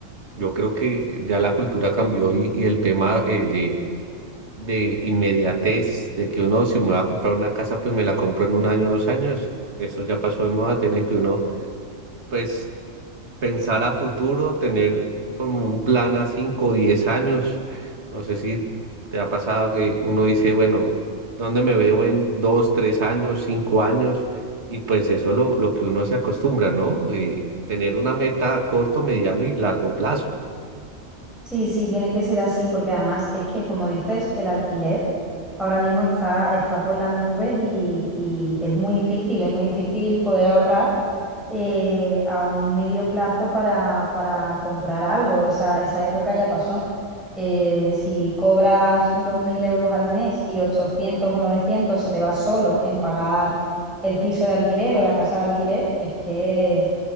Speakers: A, on the right; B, in the centre.
A: yo creo que ya la cultura cambió y, y el tema eh, de, de inmediatez, de que uno si me va a comprar una casa, pues me la compro en un año, dos años, eso ya pasó de moda, tiene que uno pues pensar a futuro, tener como un plan a cinco o 10 años. No sé si te ha pasado que uno dice, bueno, ¿dónde me veo en dos, tres años, cinco años? Y pues eso lo, lo que uno se acostumbra, ¿no? Eh, tener una meta a corto, mediano y largo plazo.
B: Sí, sí, tiene que ser así, porque además es que, como dices, el alquiler ahora mismo está, está por las nubes y, y es muy difícil, es muy difícil poder ahorrar eh, a un medio plazo para, para comprar algo. Esa, esa época ya pasó. Eh, si cobras 2.000 euros al mes y 800 o 900 se te va solo en pagar el piso de alquiler o la casa de alquiler, es que,